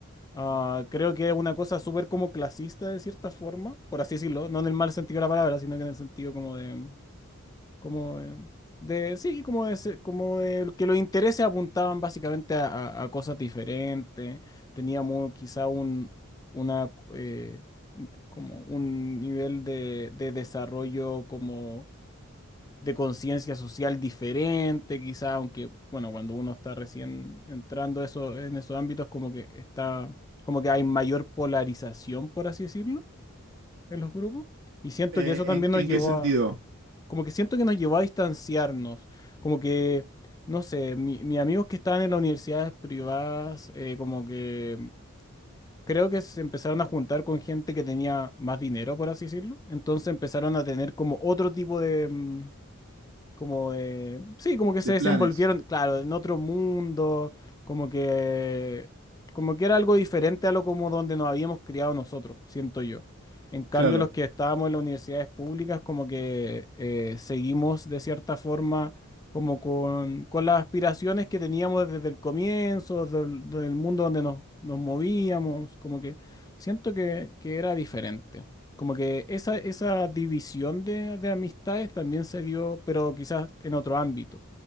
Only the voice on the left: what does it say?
Ah, creo que es una cosa súper como clasista de cierta forma, por así decirlo, no en el mal sentido de la palabra, sino que en el sentido como de, como de, de- sí, como de, se- como de que los intereses apuntaban básicamente a, a- a cosas diferentes, teníamos quizá un, una, eh, como un nivel de, de desarrollo como de conciencia social diferente, quizá, aunque, bueno, cuando uno está recién entrando eso, en esos ámbitos, como que está, como que hay mayor polarización, por así decirlo, en los grupos. Y siento
que eso también
nos
llevó
a, como que siento que nos llevó a distanciarnos, como que, no sé, mi- mis amigos que estaban en las universidades privadas, eh, como que... Creo que se empezaron a juntar con gente que tenía más dinero, por así decirlo. Entonces empezaron a tener como otro tipo de, mm, como eh, sí, como que se
desenvolvieron,
claro, en otro mundo, como que como que era algo diferente a lo como donde nos habíamos criado nosotros, siento yo. En cambio,
los que estábamos en las universidades públicas, como que eh, seguimos de cierta forma como con, con las aspiraciones que teníamos desde el comienzo, del, del mundo donde nos, nos movíamos, como que siento que, que era diferente. Como que esa, esa división de, de amistades también se dio, pero quizás en otro ámbito.